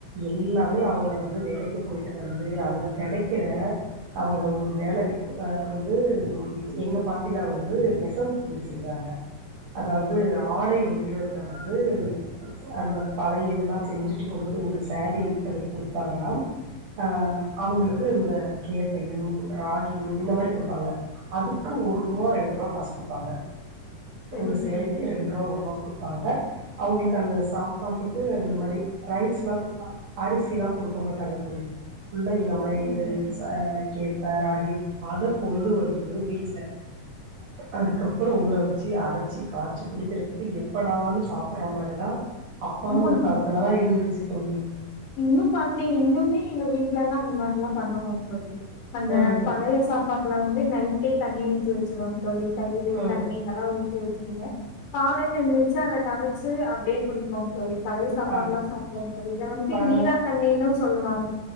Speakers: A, on the right (about 60°); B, on the left (about 75°).
A: எல்லாமே அவுங்க வந்து வேலைக்கு போயிட்டு வந்து அங்க கெடைக்கிற அவுங்க ஒரு வேலை அ வந்து எங்க பாட்டிலா வந்து நெசவு தொழில் செஞ்சாங்க அதாவது ஆடை நெய்றதுல வந்து அந்த பழைய இதெல்லா செஞ்சுட்டு கொண்டு போய் ஒரு சாரீ இது பண்ணி குடுத்தாங்கன்னா அ அவுங்களுக்கு இந்த கேப்பையோ ராகியோ இந்த மாதிரி குடுப்பாங்க அதுக்கு ஒரு ரூவா ரெண்டு ரூவா காசு குடுப்பாங்க
B: சரி
A: ஒரு சேலைக்கு
B: சரிங்க தோழி
A: ரெண்டு ரூவா ஒரு ரூவா குடுப்பாங்க அவுங்களுக்கு அந்த சாப் பாட்டுக்கு இந்த மாரி ரைஸ்ல்லா அரிசில்லா குடுக்கமாட்டாங்க தோழி ஃபுல்லா இந்த மாரி
B: சரிங்க
A: இதுஸ் ஆ கேப்பே ரா அத கொண்டு வந்து வீட்ல அதுக்கப்புறெ ஊற வச்சு அரச்சி காச்சி குடிக்கிறதுக்கு எப்படான்னு சாப்புட்ற மாரிதா அப்பாங்க
B: ஆமாங்க
A: காலத்துலலா இருந்துச்சு தோழி
B: இன்னு பாத்தீங் இன்னுமே எங்க வீட்லல்லா அந்த மாரில்லா பண்ணுவாங்க தோழி‌ அந்த
A: ம்
B: பழைய சாப்பாட்ல வந்து நைட்டே தண்ணி ஊ த்தி வச்சுருவாங்க தோழி தயிரு‌
A: ம்
B: தண்ணி இதெல்லா ஊ த்தி வச்சுருங்க காலைல எந்துர்ச்சு அத கரச்சு அப்டியே குடிப்போம் தோழி பழய சாப்பாட்லா
A: ஆ
B: சாப்டே தோழி இத வந்து
A: பா
B: நீரா தண்ணின்னு சொல் வாங்க